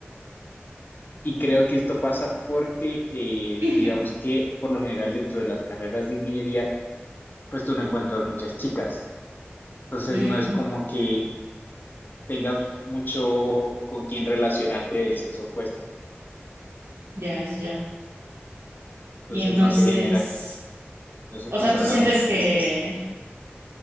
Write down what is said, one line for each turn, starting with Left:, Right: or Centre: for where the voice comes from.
Left: Y creo que esto pasa porque, eh,
Right: <laughs>
Left: digamos que por lo general dentro de las carreras de ingeniería, pues tú no encuentras muchas chicas. Entonces
Right: Mm,
Left: no es como que tengas mucho con quien relacionarte del sexo opuesto.
Right: ya, ya, ya.
Left: Entonces
Right: Y entonces...
Left: no se genera. Nosotros
Right: O sea,
Left: andamos
Right: tú sientes que...
Left: tristes.